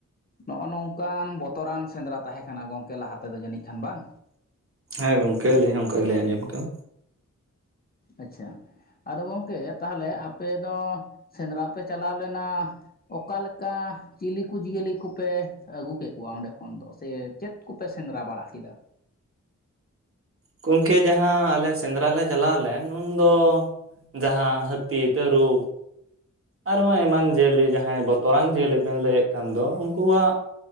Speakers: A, on the left; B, on the right.
A: ᱱᱚᱜᱼᱚ ᱱᱚᱝᱠᱟᱱ ᱵᱚᱛᱚᱨᱟᱱ ᱥᱮᱸᱫᱽᱨᱟ ᱛᱟᱦᱮᱸ ᱠᱟᱱᱟ ᱜᱚᱝᱠᱮ ᱞᱟᱦᱟ ᱛᱮᱫᱚ ᱡᱟᱹᱱᱤᱡ ᱠᱷᱟᱱ ᱵᱟᱝ?
B: ᱦᱮᱸ ᱜᱚᱝᱠᱮ ᱟᱹᱞᱤᱧ ᱦᱚᱸ ᱚᱱᱠᱟ ᱜᱮᱞᱤᱧ ᱟᱸᱡᱚᱢ ᱠᱟᱜᱼᱟ।
A: ᱟᱪᱪᱷᱟ ᱟᱫᱚ ᱜᱚᱢᱠᱮ ᱛᱟᱦᱚᱞᱮ ᱟᱯᱮ ᱫᱚ ᱥᱮᱸᱫᱽᱨᱟ ᱯᱮ ᱪᱟᱞᱟᱣ ᱞᱮᱱᱟ ᱚᱠᱟᱞᱮᱠᱟ ᱪᱤᱞᱤ ᱠᱚ ᱡᱤᱭᱟᱹᱞᱤ ᱠᱚᱯᱮ ᱟᱹᱜᱩ ᱠᱮᱫ ᱠᱚᱣᱟ ᱚᱸᱰᱮ ᱠᱷᱚᱱ ᱫᱚ ᱥᱮ ᱪᱮᱫ ᱠᱚᱯᱮ ᱥᱮᱸᱫᱽᱨᱟ ᱵᱟᱲᱟ ᱠᱮᱫᱟ?
B: ᱜᱚᱝᱠᱮ ᱡᱟᱦᱟᱸ ᱟᱞᱮ ᱥᱮᱸᱫᱽᱨᱟ ᱞᱮ ᱪᱟᱞᱟᱣ ᱞᱮᱱ ᱩᱱᱫᱚ, ᱡᱟᱦᱟᱸ ᱦᱟᱹᱛᱤ, ᱛᱟᱹᱨᱩᱵ, ᱟᱨᱦᱚᱸ ᱮᱢᱟᱱ ᱡᱤᱭᱟᱹᱞᱤ ᱡᱟᱦᱟᱸᱭ ᱵᱚᱛᱚᱨᱟᱱ ᱡᱤᱭᱟᱹᱞᱤ ᱵᱮᱱ ᱞᱟᱹᱭᱮᱫ ᱠᱟᱱ ᱫᱚ ᱩᱱᱠᱩᱣᱟᱜ